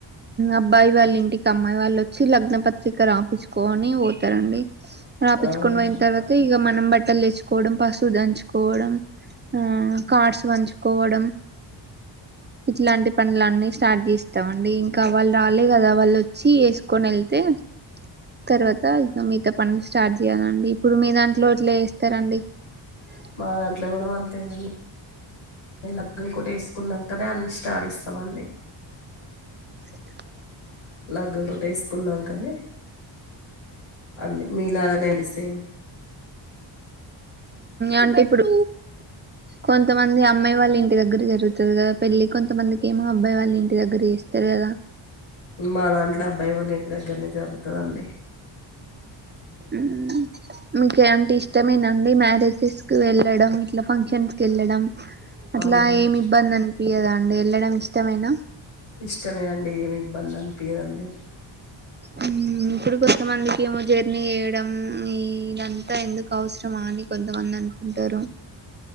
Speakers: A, on the right (about 25°); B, on the left (about 80°).
A: అబ్బాయి వాళ్ళ ఇంటికి అమ్మాయి వాళ్ళు వచ్చి లగ్న పత్రిక రాపంచుకొని పోతారండి రాపచ్చుకొని
B: అవునా
A: పోయిన తర్వాత ఇక మనం బట్టలు లేచుకోవడం పశువు దంచుకో పోవడం ఆ కార్డ్స్ వంచుకోవడం ఇట్లాంటి పండ్లన్నీ స్టార్ట్ చేస్తాంండి ఇంకా వాళ్ళు రాలే కదా వాళ్ళు వచ్చి వేసుకొని వెళ్తే తర్వాత ఇక మిగతా పనులు స్టార్ట్ చేయ్యాలండి ఇప్పుడు మీ దాంట్లో ఇట్లా చేస్తారండి ఆ
B: మా దాంట్లో కూడా అంతేనండి లగగ్ం కూడా వేసుకున్నాకనే అన్ని స్టార్ట్ చేస్తామండి
A: అ
B: లలాగ్ ఒకటి వేసుకున్నాం కదా అన్న మీలాగనే అండి సేమ్
A: అంటే ఇప్పుడు కొంతమంది అమ్మాయి వాళ్ళ ఇంటి దగ్గర జరుగుతుది కదా పెళ్లిి కొంతమందికి ఏమో అబ్బాయి వాళ్ళ ఇంటి దగ్గర చేస్తే తెరదా
B: మా దాంట్లో అబ్బాయి వాల్ల ఇంటి దగ్గరనే జరుగుతదండి
A: ఉ ఇంకేంటి ఇష్టమేనండి మ్యారేజెస్ కి వెళ్ళడం ఇల ఫంక్షన్స్ కి వెళ్ళడం అట్లా
B: అవునండి
A: ఏమి ఇబ్బంది అనిపియదా అండి వెళ్ళడం ఇష్టమైైన
B: ఇష్టమే అండి ఏమి ఇబ్బంది అనిపియదండి
A: ఉమ్ ఇప్పుడు కొంతమందికి ఏమో జర్నీ వేయడం ఈ ఇదంతా ఎందుకు అవసరమా అని కొంతమంది అను కుంటారు